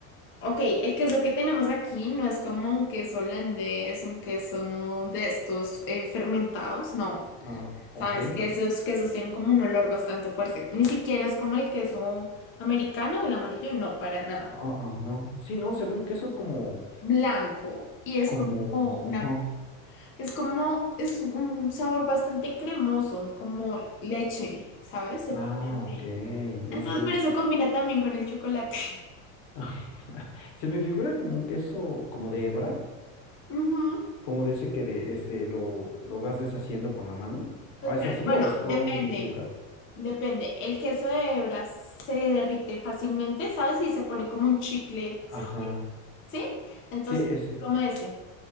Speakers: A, on the left; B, on the left.
A: ok, el queso que tenemos aquí no es como un queso holandés, un queso ¿no? de estos eh, fermentados, no.
B: Ah, ok.
A: Sabes que esos quesos tienen como un olor bastante fuerte. Ni siquiera es como el queso americano, el amarillo, no, para nada.
B: Ah, ah, no. Sí, no, se ve un queso como,
A: Blanco. Y es
B: como,
A: como una,
B: ajá.
A: es como, es un sabor bastante cremoso, como leche, ¿sabes? Se
B: Ah,
A: puede decir.
B: ok. Es
A: Entonces,
B: de leche.
A: por eso combina también con el chocolate.
B: <laughs> Se me figura como un queso, como de hebra,
A: <laughs> Ujú,
B: como de ese que de, este, lo, lo vas deshaciendo con la mano.
A: Total.
B: Ah, ¿Es así
A: Bueno,
B: o estoy
A: depende,
B: equivocado?
A: depende. El queso de hebra se derrite fácilmente, ¿sabes? Y se pone como un chicle,
B: Ajá.
A: se estira, ¿sí? Entonces,
B: Sí, ese.
A: como ese.